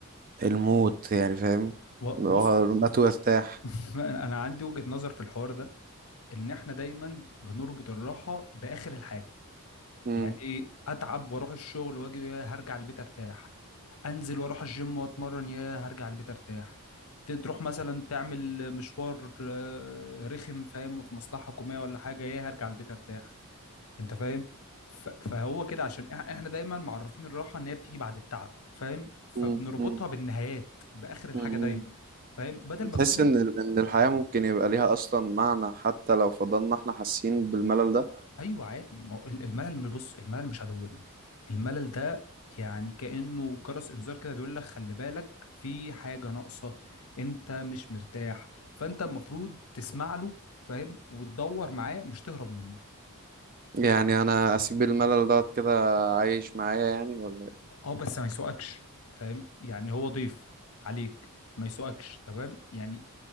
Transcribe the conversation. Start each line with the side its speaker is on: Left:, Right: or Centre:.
Right: الموت يعني فاهم
Left: و-
Right: اللي
Left: بص
Right: هو قوم هات وارتاح
Left: <laughs> انا أنا عندي وجهة نظر في الحوار ده ان احنا دايما بنربط الراحه باخر الحاجه
Right: <laughs>
Left: يعني ايه اتعب واروح الشغل واجي يا هرجع البيت ارتاح انزل واروح الجيم واتمرن يا هرجع البيت ارتاح ت- تروح مثلا تعمل مشوار آه، رخم فاهم في مصلحة حكومية ولا حاجة يا هرجع البيت ارتاح انت فاهم ف- فهو كده عشان إح- احنا دايما معرفين الراحة ان هي بتيجي بعد التعب فاهم فبنربطها
Right: مم. مم.
Left: بالنهايات باخر الحاجة
Right: مم.
Left: دايما فاهم بدل
Right: بتحس
Left: ما تكون
Right: إن إن الحياة ممكن يبقى ليها أصلا معنى حتى لو فضلنا إحنا حاسين بالملل ده
Left: ايوه عادي ما هو ال- الملل بص الملل مش عدونا الملل ده يعني كأنه جرس انذار كده بيقول لك خلي بالك في حاجة ناقصة انت مش مرتاح فانت المفروض تسمع له فاهم وتدور معاه مش تهرب منه
Right: يعني أنا أسيب الملل ده كده عايش معايا يعني ولا
Left: اه بس ما يسوقكش فاهم يعني هو ضيف عليك ما يسوقكش تمام يعني